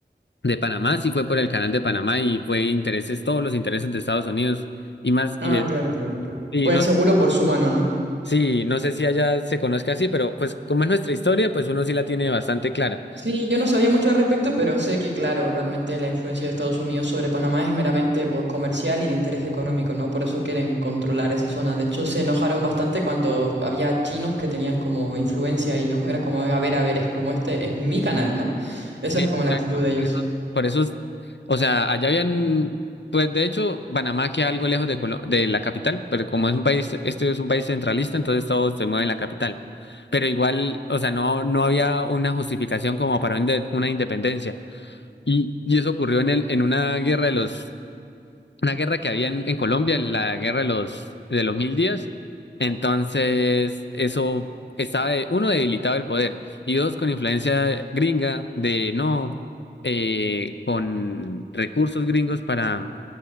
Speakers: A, on the left; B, on the right.
A: de Panamá sí fue por el canal de Panamá y fue intereses, todos los intereses de Estados Unidos y más, y,
B: Ah,
A: de-
B: claro, claro, claro.
A: y
B: Fue
A: no,
B: seguro por su mano, ¿no?
A: sí, no sé si allá se conozca así, pero pues como es nuestra historia, pues uno sí la tiene bastante clara.
B: Sí, yo no sabía mucho al respecto, pero sé que, claro, realmente la influencia de Estados Unidos sobre Panamá es meramente pues, comercial y de interés económico, ¿no? Por eso quieren controlar esa zona. De hecho, se enojaron bastante cuando había chinos que tenían como influencia ahí, ¿no? Era como, a ver, a ver, es como este, es mi canal, ¿no? Esa
A: Sí,
B: es
A: exacto.
B: como la actitud de ellos.
A: Por eso, por eso es- o sea, allá habían, pues de hecho, Panamá queda algo lejos de, Colo- de la capital, pero como es un país, este es un país centralista, entonces todo se mueve en la capital. Pero igual, o sea, no, no había una justificación como para un de- una independencia. Y, y eso ocurrió en el, en una guerra de los una guerra que había en, en Colombia, en la guerra de los, de los mil días. Entonces, eso estaba, de- uno, debilitado el poder, y dos, con influencia gringa de no, eh, con recursos gringos para